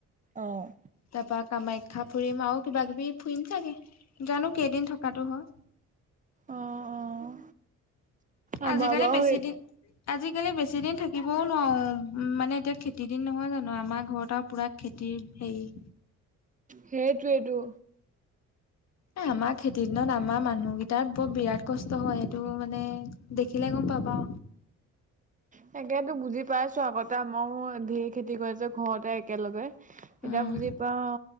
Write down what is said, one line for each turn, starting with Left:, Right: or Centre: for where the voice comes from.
Right: অ'।
Left: তাৰপা কামাখ্যা ফুৰিম আৰু কিবা কিবি ফুৰিম চাগে, জানো কেইদিন থকাটো হয়।
Right: অ', অ', আমাৰ
Left: আজিকালি
Right: বাৰু
Left: বেছি
Right: সেই
Left: দিন আজিকালি বেছি দিন থাকিব নোৱাৰো, মানে এতিয়া খেতি দিন নহয় জানো, আমাৰ ঘৰত আৰু পুৰা খেতিৰ হেৰি <inaudible>
Right: সেইটোৱেইটো।
Left: এ আমাৰ খেতি দিনত আমাৰ মানুহ কেইটাৰ বৰ বিৰাট কষ্ট হয় সেইটো মানে দেখিলে গম পাবা।
Right: তাকেতো বুজি পাইছো, আগতে আমাও ধেৰ খেতি কৰে যে ঘৰতে একেলগে। এতিয়া
Left: উম
Right: বুজি পাও,